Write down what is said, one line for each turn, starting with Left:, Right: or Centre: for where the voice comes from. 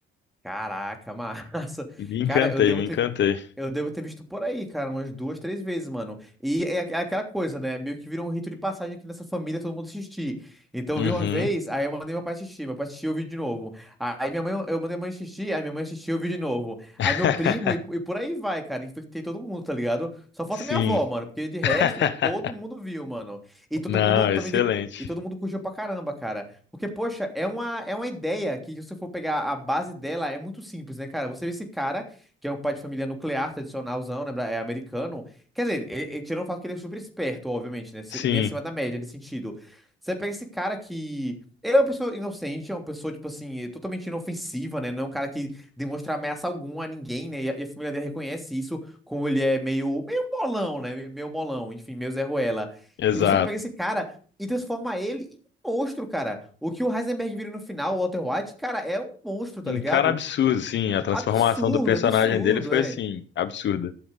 Centre: Caraca, <laughs> massa.
Left: Me encantei,
Centre: Cara, eu devo
Left: me
Centre: ter.
Left: encantei.
Centre: Eu devo ter visto por aí, cara, umas duas, três vezes, mano. E é aqu- é aquela coisa, né? Meio que virou um rito de passagem aqui nessa família, todo mundo assistir. Então
Left: Uhum.
Centre: eu vi uma vez, aí eu mandei meu pai assistir, meu pai assistiu, eu vi de novo. Aí minha mãe, eu mandei minha mãe assistir, aí minha mãe assistiu, eu vi de novo.
Left: <laughs>
Centre: Aí meu primo, e, e por aí vai, cara. Infectei todo mundo, tá ligado? Só falta
Left: Sim.
Centre: minha avó, mano, porque de resto,
Left: <laughs>
Centre: velho, todo mundo viu, mano. E todo
Left: Não,
Centre: mundo também.
Left: excelente.
Centre: de- E todo mundo curtiu pra caramba, cara. Porque, poxa, é uma, é uma ideia que, se você for pegar a base dela, é muito simples, né, cara? Você vê esse cara que é um pai de família nuclear, tradicionalzão, né? bra- É americano. Quer dizer, ele, ele tirando o fato que ele é super esperto, obviamente, né? se-
Left: Sim,
Centre: Bem acima da média nesse sentido. Você pega esse cara que. Ele é uma pessoa inocente, é uma pessoa, tipo assim, totalmente inofensiva, né? Não é um cara que demonstra ameaça alguma a ninguém, né? E a, e a família dele reconhece isso, como ele é meio, meio molão, né? me- Meio molão, enfim, meio Zé Ruela.
Left: exato.
Centre: E você pega esse cara e transforma ele em um monstro, cara. O que o Heisenberg vira no final, o Walter White, cara, é um monstro, tá
Left: Um
Centre: ligado?
Left: cara absurdo, sim. A transformação
Centre: Absurdo,
Left: do personagem
Centre: absurdo,
Left: dele foi
Centre: é.
Left: assim, absurda.